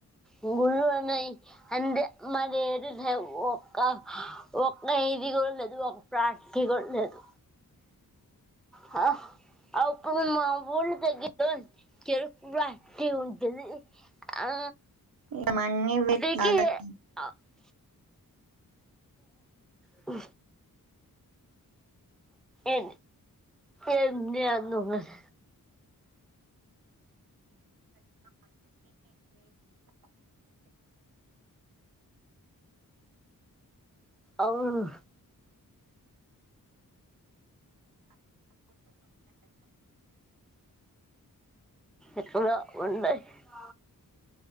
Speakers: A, in the centre; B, on the right.
A: గురున్నాయి అంటే మరి <unintelligible> లే ఒక్క ఒక్క ఇది కూడా లేదు ఒక ప్రాణ <unintelligible> కూడా లేదు హా అప్పుడు మా ఊరికి దగ్గర లో చెరకు ఫ్యాక్టరీ ఉంటుంది. ఆ
B: ఇక మనీ పెట్టి
A: అేక <unintelligible> ఆ ఎ ఎ <unintelligible> అవును ఎప్పుడు ఉంట <unintelligible>